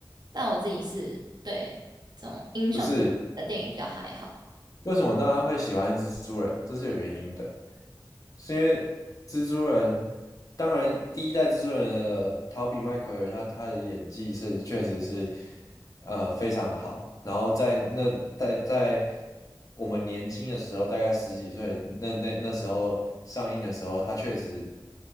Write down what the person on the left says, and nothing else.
不是，为什么大家会喜欢蜘蛛人？这是有原因的，是因为蜘蛛人，当然第一代蜘蛛人的陶比麦奎尔他他的演技是确实是。呃，非常好。然后在那在在我们年轻的时候，大概十几岁，那那那时候上映的时候，他确实